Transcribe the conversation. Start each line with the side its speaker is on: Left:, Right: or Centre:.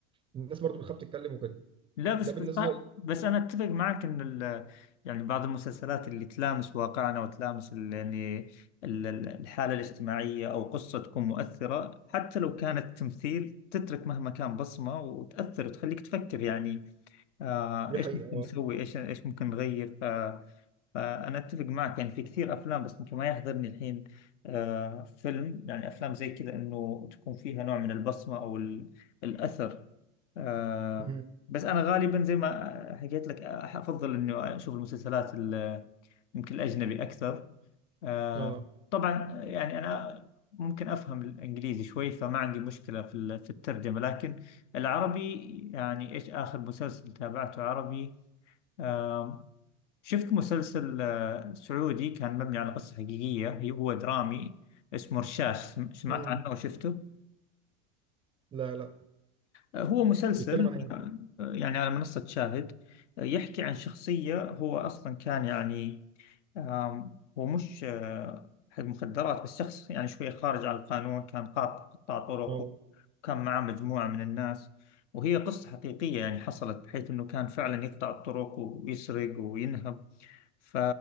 Right: الناس برضه بتخاف تتكلم وكده
Left: لا بس
Right: ده بالنسبة
Left: بس طيب، بس أنا أتفق معك إن ال يعني بعض المسلسلات اللي تلامس واقعنا وتلامس ال يعني ال- ال- الحالة الاجتماعية أو قصة تكون مؤثرة حتى لو كانت تمثيل تترك مهما كان بصمة وتأثر وتخليك تفكر يعني آه
Right: دي
Left: إيش
Right: حقيقة
Left: ممكن
Right: اه
Left: نسوي إيش إيش ممكن نغير فأنا أتفق معك يعني في كثير أفلام بس ممكن ما يحضرني الحين آه فيلم يعني أفلام زي كذا إنه تكون فيها نوع من البصمة أو ال- الأثر آه
Right: مم.
Left: بس أنا غالبا زي ما حكيت لك آه، أفضل إنه أشوف المسلسلات ال- يمكن الأجنبي أكثر آه
Right: اه
Left: طبعا يعني أنا ممكن أفهم الإنجليزي شوي فما عندي مشكلة في ال- في الترجمة لكن العربي يعني إيش آخر مسلسل تابعته عربي آه، شفت مسلسل آه، سعودي كان مبني على قصة حقيقية هي- هو درامي اسمه رشاش سم- سمعت
Right: مم.
Left: عنه أو شفته
Right: لا لا
Left: آه، هو مسلسل
Right: بيتكلم عن ايه؟
Left: آه، يعني على منصة شاهد آه، يحكي عن شخصية هو أصلا كان يعني آم، هو مش آه، حق مخدرات بس شخص يعني شوية خارج على القانون كان قاط- قطاع طرق
Right: اه
Left: وكان معاه مجموعة من الناس وهي قصة حقيقية يعني حصلت بحيث أنه كان فعلا يقطع الطرق ويسرق وينهب ف-